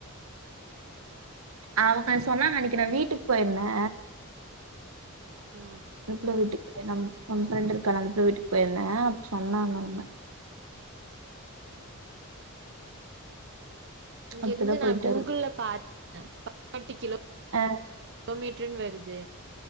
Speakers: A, on the right; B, on the right.
A: அவுங்க சொன்னாங்க அன்னைக்கு நா வீட்டுக்கு போயிருந்தே
B: ஆ
A: அந்த புள்ள வீட்டுக்கு எ நம் நம் ஃப்ரெண்டு இருக்கால அந்த புள்ள வீட்டுக்கு போயிருந்தே அப்ப சொன்னாங்க அவங்க
B: இங்க
A: அப்டிதா
B: இருந்து
A: போயிட்டு
B: நா கூகுள்ள
A: வரு
B: பாத்தே பதினேட்டு கிலோ
A: ஆ
B: ஒ மீட்டர்னு வருது